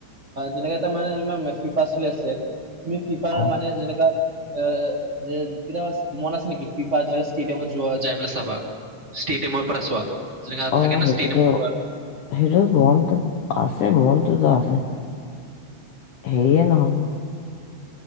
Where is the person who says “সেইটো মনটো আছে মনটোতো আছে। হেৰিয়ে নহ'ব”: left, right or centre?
Left